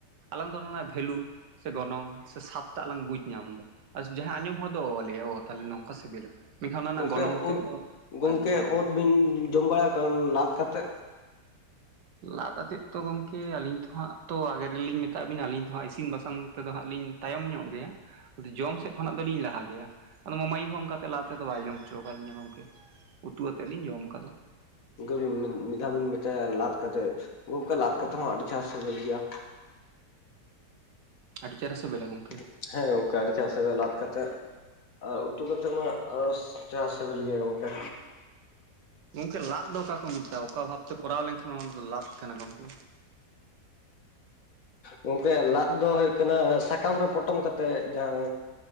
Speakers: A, on the right; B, on the left.
A: ᱟᱞᱟᱝ ᱫᱚ ᱚᱱᱟ ᱨᱮᱱᱟᱜ ᱵᱷᱮᱞᱩ ᱥᱮ ᱜᱚᱱᱚᱝ ᱥᱮ ᱥᱟᱵ ᱰᱟᱜ ᱞᱟᱝ ᱵᱩᱡ ᱧᱟᱢ ᱮᱫᱟ ᱟᱨ ᱡᱟᱦᱟᱸᱭ ᱟᱸᱡᱚᱢ ᱫᱚ ᱞᱮᱭᱚ ᱛᱟᱦᱚᱞᱮ ᱱᱚᱝᱠᱟ ᱥᱤᱵᱤᱞᱟ᱾ ᱢᱮᱱᱠᱷᱟᱱ ᱚᱱᱟ ᱨᱮᱱᱟᱜ
B: ᱜᱚᱢᱠᱮ
A: ᱜᱚᱱᱚᱝ ᱛᱮᱫ
B: ᱳᱫᱽ
A: ᱫᱚ
B: ᱜᱚᱢᱠᱮ
A: ᱵᱟᱭ ᱵᱩᱡᱷᱟᱹᱣ ᱧᱟᱢᱟ
B: ᱳᱫᱽ ᱵᱤᱱ ᱡᱚᱢ ᱵᱟᱲᱟ ᱠᱟᱫᱟ ᱞᱟᱺᱫᱽ ᱠᱟᱛᱮ?
A: ᱞᱟᱺᱫᱽ ᱟᱛᱮᱫ ᱛᱚ ᱜᱚᱢᱠᱮ ᱟᱹᱞᱤᱧ ᱛᱚ ᱦᱟᱸᱜ ᱛᱚ ᱟᱜᱮ ᱨᱮᱞᱤᱧ ᱢᱮᱛᱟᱜ ᱵᱤᱱᱟ ᱟᱹᱞᱤᱧ ᱫᱚ ᱦᱟᱸᱜ ᱤᱥᱤᱱ ᱵᱟᱥᱟᱝ ᱛᱮᱫᱚ ᱦᱟᱸᱜ ᱞᱤᱧ ᱛᱟᱭᱚᱢ ᱧᱚᱜ ᱜᱮᱭᱟ᱾ ᱡᱚᱢ ᱥᱮᱫ ᱠᱷᱚᱱᱟᱜ ᱫᱚᱞᱤᱧ ᱞᱟᱦᱟ ᱜᱮᱭᱟ, ᱟᱫᱚ ᱢᱟᱢᱟᱭᱩ ᱦᱚᱸ ᱚᱱᱠᱟᱛᱮ ᱞᱟᱦᱟ ᱛᱮᱫᱚ ᱵᱟᱭ ᱡᱚᱢ ᱦᱚᱪᱚ ᱟᱠᱟᱫ ᱞᱤᱧᱟ ᱜᱚᱢᱠᱮ᱾ ᱩᱛᱩ ᱠᱟᱛᱮᱫ ᱞᱤᱧ ᱡᱚᱢ ᱟᱠᱟᱫᱟ᱾
B: ᱠᱩ ᱢᱤᱫ ᱫᱷᱟᱣ ᱵᱤᱱ ᱢᱮᱛᱟᱭᱟ ᱞᱟᱺᱫᱽ ᱠᱟᱛᱮ ᱜᱚᱢᱠᱮ ᱞᱟᱺᱫᱽ ᱠᱟᱛᱮ ᱦᱚᱸ ᱟᱹᱰᱤ ᱪᱟᱲ ᱥᱤᱵᱮᱞ ᱜᱮᱭᱟ᱾
A: ᱟᱹᱰᱤ ᱪᱮᱦᱨᱟ ᱥᱤᱵᱤᱞᱟ ᱜᱚᱢᱠᱮ
B: <unintelligible> ᱦᱮᱸ ᱜᱚᱢᱠᱮ ᱟᱰᱤ ᱪᱟᱲ ᱥᱮᱵᱮᱞᱟ ᱞᱟᱺᱫᱽ ᱠᱟᱛᱮ᱾ ᱟᱨ ᱩᱛᱩ ᱠᱟᱛᱮᱜ ᱢᱟ ᱟᱨᱚ ᱪᱟᱲ ᱥᱤᱵᱤᱞ ᱜᱮᱭᱟ ᱜᱚᱢᱠᱮ᱾
A: ᱜᱚᱢᱠᱮ ᱞᱟᱫᱽ ᱫᱚ ᱚᱠᱟ ᱠᱚ ᱢᱮᱛᱟᱜᱼᱟ? ᱚᱠᱟ ᱵᱷᱟᱵᱽᱛᱮ ᱠᱚᱨᱟᱣ ᱞᱮᱱᱠᱷᱟᱱ ᱚᱱᱟ ᱫᱚ ᱞᱟᱺᱫᱽ ᱠᱟᱱᱟ ᱜᱚᱢᱠᱮ?
B: ᱜᱚᱝᱠᱮ ᱞᱟᱫᱽ ᱫᱚ ᱦᱩᱭᱩᱜ ᱠᱟᱱᱟ ᱥᱟᱠᱟᱢ ᱨᱮ ᱯᱚᱴᱚᱢ ᱠᱟᱛᱮᱜ ᱡᱟᱦᱟ